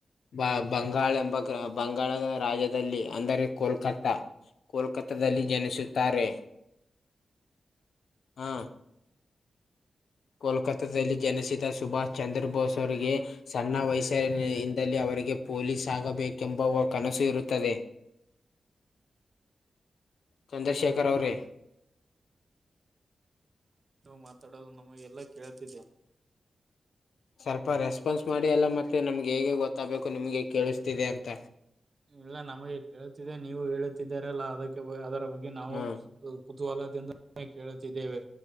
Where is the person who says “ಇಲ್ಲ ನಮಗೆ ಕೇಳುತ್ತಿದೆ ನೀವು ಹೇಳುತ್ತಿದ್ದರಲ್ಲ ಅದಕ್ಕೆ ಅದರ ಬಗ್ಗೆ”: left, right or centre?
Right